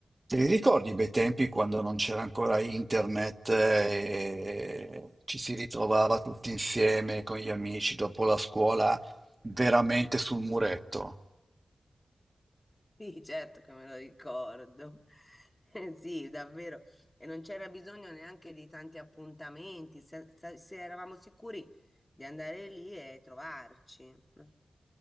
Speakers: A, on the right (about 25°); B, on the left (about 20°).
A: Te li ricordi i bei tempi quando non c'era ancora internet e ci si ritrovava tutti insieme con gli amici dopo la scuola, veramente sul muretto?
B: Sì, certo che me lo ricordo. <laughs> Eh, Sì, davvero. E non c'era bisogno neanche di tanti appuntamenti, se, se- se eravamo sicuri di andare lì e trovarci. no?